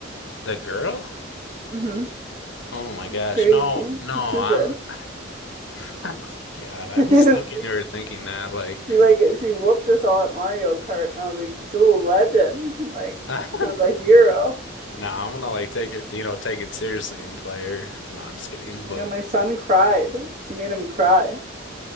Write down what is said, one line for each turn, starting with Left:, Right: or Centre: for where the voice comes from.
Left: The girl?
Right: Mm-hmm.
Left: Oh my
Right: She's
Left: gosh.
Right: crazy.
Left: No, no,
Right: She's
Left: I'm
Right: too good.
Left: <laughs> God,
Right: <laughs>
Left: I was thinking you were thinking that like
Right: she like she whooped us all at Mario Kart, and I was like, she's a little legend. Like
Left: <laughs>
Right: this girl's
Left: no,
Right: a hero.
Left: I'm gonna like take it, you know, take it seriously and play her. No, I'm just kidding, but
Right: Oh, yeah, my son cried. She made him cry.